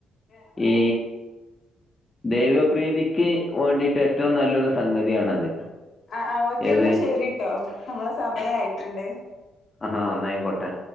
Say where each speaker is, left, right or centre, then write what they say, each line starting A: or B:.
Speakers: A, on the left (about 55°); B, on the left (about 20°).
A: ആഹ്
B: ഈ ദൈവപ്രീതിക്ക് വേണ്ടിയിട്ട് ഏറ്റവും നല്ലൊരു സംഗതിയാണത്
A: അ ആ ഓക്കെ
B: ഏത്
A: എന്നാ ശരിട്ടോ നമ്മളെ സമയായിട്ടുണ്ട്
B: അഹ എന്നാ ആയികോട്ടെ